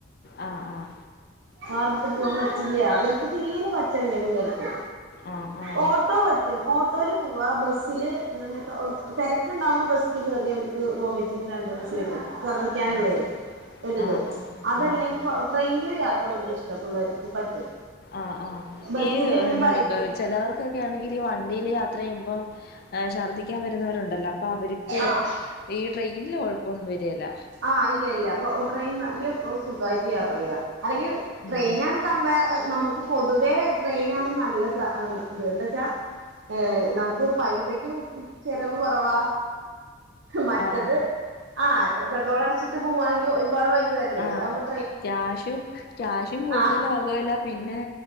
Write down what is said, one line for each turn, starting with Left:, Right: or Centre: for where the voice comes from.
Left: ആഹ് ആഹ്
Right: കാറിടുത്ത് പോകാൻ പറ്റില്ല ഇവർക്ക് തീരെ പറ്റണില്ല പിള്ളേർക്ക്
Left: ആഹ് ആഹ്
Right: ഓട്ടോ പറ്റും ഓട്ടോല് പോവാ ബസില് ഇങ്ങനെ തെരക്കുണ്ടാവുമ്പോ ബസ്സില് കേറിയ ഓൽക്ക് ത്ത് വോമിറ്റിംഗ് ടെൻഡൻസി വരും ചർദ്ദിക്കാനും
Left: ആഹ്
Right: വരും ഒരിത്
Left: ആഹ് ആഹ് ആഹ്
Right: അതല്ലെങ്കിൽ
Left: ആഹ് ആഹ്
Right: ട്രെയിനിലും യാത്രവർക്ക് ഇഷ്ടാ യാത്ര പിള്ളേർക്ക് പറ്റും.
Left: ആഹ് ആഹ്
Right: ബസ്സില്
Left: ഈ
Right: പിന്നെ
Left: എന്താണ്
Right: ബൈക്കിൽ
Left: ചിലവർക്കൊക്കെ. ഇക്ക് ആണെങ്കിൽ വണ്ടിയില് യാത്ര ചെയ്യുമ്പോ ഛർദ്ദിക്കാൻ വരുന്നവരുണ്ടല്ലോ അപ്പൊ അവർക്ക്.
Right: ആ
Left: ഈ ട്രെയിനിൽ കുഴപ്പമൊന്നും വരെല്ലാ
Right: ആഹ് ഇല്ല ഇല്ല ഇപ്പൊ ട്രെയിൻ നല്ല സുഖമായിട്ട് യാത്ര ചെയ്യാം അല്ലെങ്കിൽ. ട്രെയിനാ
Left: ഉം
Right: ആണ് കമ്പേ ഏ നമുക്ക് പൊതുവേ ട്രെയിനാണ് നല്ല സ ഇത് എന്തേച്ചാ ഏ നമുക്ക് പൈസക്കും ചെലവ് കുറവാ മറ്റത്
Left: ആഹ്
Right: ആഹ് പെട്രോൾ അടിച്ചിട്ട് പോവാണെങ്കിൽ ഒരുപാട് പൈസ വരില്ലേ
Left: ആഹ്
Right: ഇതാവകുമ്പോ.
Left: ക്യാഷും ക്യാഷും കൂടുതലാകും
Right: ആഹ്
Left: അതുല്ല പിന്നെ